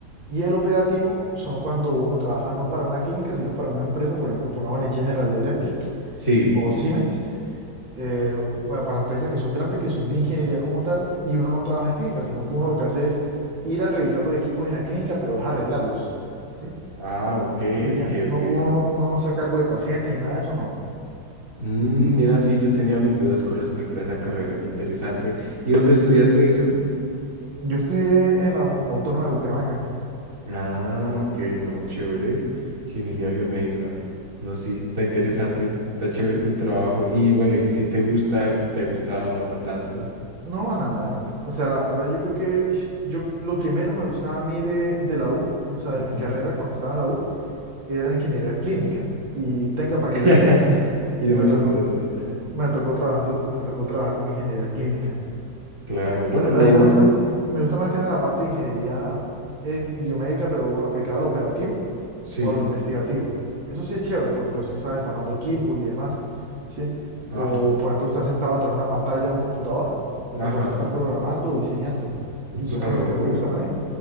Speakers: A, on the right; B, on the right.
A: Y el operativo son cuando uno trabaja no para una clínica, sino para una empresa, por ejemplo, pongámosle General Electric
B: Sí.
A: o Siemens eh, bueno, para empresas que son grandes, que son de ingeniería como tal, y uno no trabaja en clínica, sino que uno lo que hace es ir a revisar los equipos en la clínica, pero es arreglarlos, ¿sí?
B: Ah, ok,
A: Y ya,
B: ok,
A: no,
B: ok.
A: uno, uno no está a cargo de pacientes ni nada de eso, no.
B: Mm, mira, sí, yo tenía mis dudas con respecto a esa carrera. Interesante. ¿Y dónde estudiaste eso?
A: Yo estudié en la au- Autónoma de Bucaramanga.
B: Ah, ok, no, chévere. Ingeniería biomédica. No, sí, está interesante. Está chévere tu trabajo. Y bueno, y si te gusta, te ha gustado, no, no tanto.
A: No, nada. O sea, la verdad yo creo que uy, yo lo que menos me gustaba a mí de, de la U, o sea,
B: Ujú.
A: de mi carrera cuando estaba en la U, era ingeniería clínica. Y tenga para
B: <laughs>
A: que lleve. <laughs>
B: Y
A: Me
B: resultaste
A: tocó,
B: allá.
A: me tocó trabajando, me tocó trabajar con ingeniería clínica.
B: Claro. Bueno,
A: A
B: lo
A: a mí
B: bueno.
A: me gusta, me gusta más que nada la parte de ingeniería eh, biomédica, pero aplicada al operativo
B: Sí.
A: o a lo investigativo. Eso sí es chévere, porque pues tú estás destapando equipos y demás, ¿sí?
B: Ajá.
A: O, por ejemplo, estás sentado detrás de una pantalla de un computador,
B: Ajá.
A: pero, por ejemplo, estás programando o diseñando. Y
B: Claro,
A: son cosas que me
B: para.
A: gustan a mí.